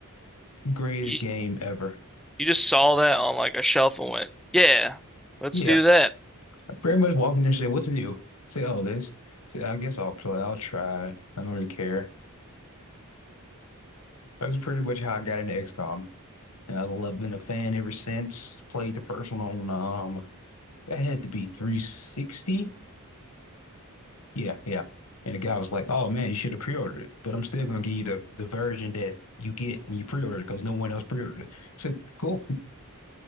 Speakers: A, on the left (about 85°); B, in the centre.
A: Greatest
B: You,
A: game ever.
B: you just saw that on like a shelf and went, "Yeah, let's
A: Yeah,
B: do that."
A: I pretty much walked in there and said, what's new? Say, oh, this. Say, I guess I'll play. I'll try. I don't really care. That's pretty much how I got into XCOM. And I've loved- been a fan ever since. Played the first one on um. That had to be 360. Yeah, yeah. And the guy was like, "Oh man, you should have pre-ordered it." But I'm still gonna give you the, the version that you get when you pre-order it because no one else pre-ordered it. I said, "Cool."